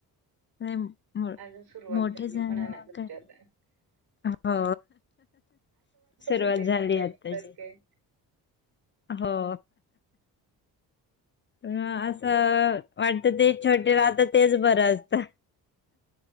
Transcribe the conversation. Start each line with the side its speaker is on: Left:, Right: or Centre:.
Left: नाही, मो-
Right: अजून सुरुवात
Left: मोठे
Right: झाली
Left: झाल्यावर
Right: म्हणाय लागलं
Left: काय
Right: त्याला
Left: हो, सुरुवात
Right: मोठे झाल्यानंतर
Left: झाली आत्ताशी.
Right: काय
Left: हो, हा
Right: हं.
Left: अस त वाटत ते छोटे राहता तेच बरं असतं.